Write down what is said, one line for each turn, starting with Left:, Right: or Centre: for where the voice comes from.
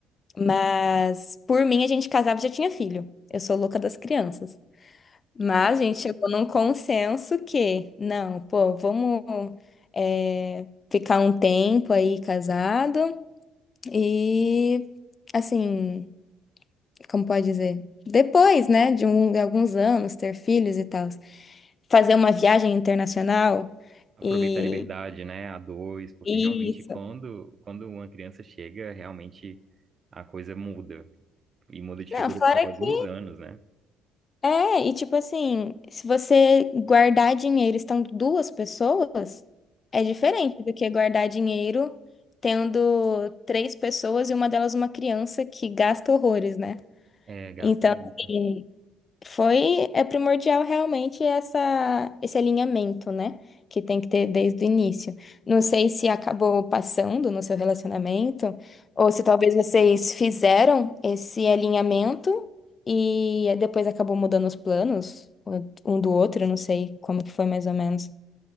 Left: Mas por mim a gente casava e já tinha filho. Eu sou louca das crianças. Mas a gente chegou num consenso que, não, pô, vamos é, ficar um tempo aí casado e, assim, como pode dizer? Depois, né, de, um- de alguns anos, ter filhos e tal. Fazer uma viagem internacional
Right: Aproveitar
Left: e
Right: a liberdade, né, a dois, porque
Left: isso.
Right: realmente quando, quando uma criança chega, realmente a coisa muda. e muda de
Left: Não,
Right: figura
Left: fora
Right: por alguns
Left: que
Right: anos, né?
Left: É, e tipo assim, se você guardar dinheiro estando duas pessoas, é diferente do que guardar dinheiro tendo três pessoas e uma delas uma criança que gasta horrores, né?
Right: É, gasta
Left: Então,
Right: muito.
Left: assim, foi, é primordial realmente essa, esse alinhamento, né? Que tem que ter desde o início. Não sei se acabou passando no seu relacionamento, ou se talvez vocês fizeram esse alinhamento e depois acabou mudando os planos um do outro, eu não sei como que foi mais ou menos.